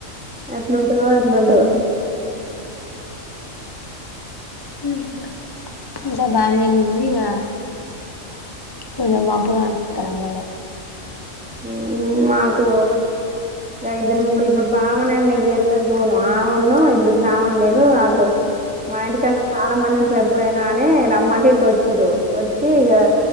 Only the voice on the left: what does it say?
ఉమ్ దా ఇంకా బానే వెళ్ళింది ఇగ కొంచెం మంపుగా అనిపిత్తాంది అన్నలకు